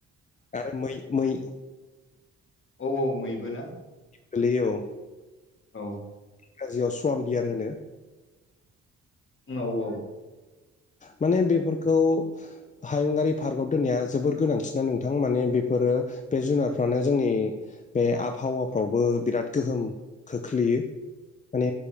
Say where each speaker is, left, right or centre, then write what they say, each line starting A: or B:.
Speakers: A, on the left; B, on the left.
A: आरो मै मै
B: औ औ मैबोना
A: गोलैयो औ
B: औ।
A: इंराजियाव सम दियार होनो
B: <unintelligible>
A: माने बेफोरखौ हायुङारि पार्कआव दोननाया जोबोर गोनांसिनना नोंथां माने बेफोरो बे जुनारफ्रानो जोंनि बे आबहावाफ्रावबो बिराद गोहोम खोख्लैयो। माने